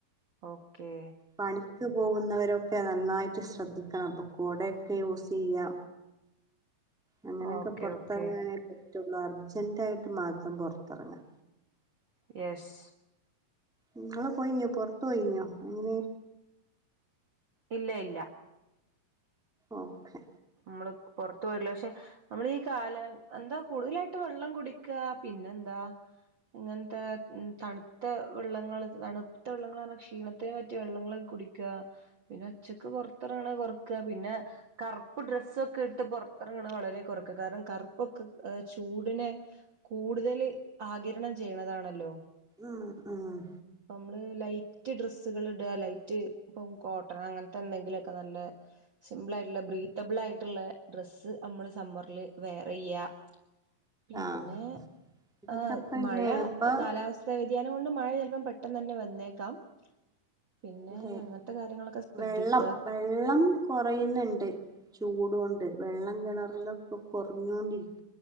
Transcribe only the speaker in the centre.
പണിക്ക് പോകുന്നവരൊക്കെ നന്നായിട്ട് ശ്രദ്ധിക്കണം അപ്പൊ കൊടയൊക്കെ യൂസെയ്യാ. അങ്ങനെയൊക്കെ
പൊർത്തർങ്ങാനേ
പറ്റൊള്ളൂ അർജന്റ് ആയിട്ട് മാത്രം പൊർത്തർങ്ങാ
ഇങ്ങള് പോയിഞ്ഞൊ പൊർത്ത് പോയിഞ്ഞോ എങ്ങനെ.
ഓക്കെ.
ആഹ് ആഹ്
ആഹ് ഇതൊക്കെപ്പന്നെയാണ്
ഇപ്പൊ
അതെ
വെള്ളം വെള്ളം കൊറയ്ന്നുണ്ട് ചൂടോണ്ട് വെള്ളം കെണർലൊക്കെ കാെർഞ്ഞോണ്ടിരിക്ക്